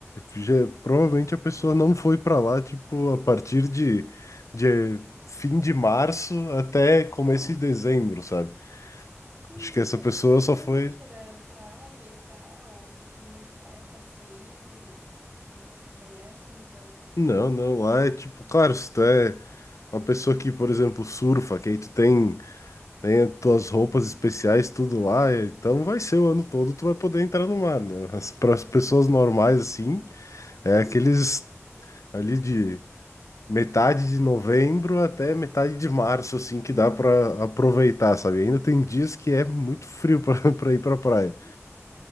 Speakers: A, on the left; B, on the right.
A: já- provavelmente a pessoa
B: Ai,
A: não
B: ai.
A: foi para lá, tipo, a partir de, de fim de março até começo de dezembro, sabe?
B: Pois
A: Acho que essa
B: é,
A: pessoa
B: porque eu sempre
A: só foi.
B: ouvi que era praia e tal, clima de praia pra sempre. Não não é assim, então.
A: Não, não, lá é tipo, claro, se tu é uma pessoa que, por exemplo, surfa, que aí tu tem, tem as tuas roupas especiais, tudo lá,
B: Uhum,
A: é- então vai ser o ano todo, tu vai poder entrar no mar, né? para as pras
B: uhum.
A: pessoas normais, assim, é
B: <laughs>
A: aqueles ali de metade de novembro até metade de março, assim, que dá pra aproveitar, sabe?
B: Hum,
A: Ainda tem dias que é muito frio pra <laughs> pra ir pra praia.
B: Ui.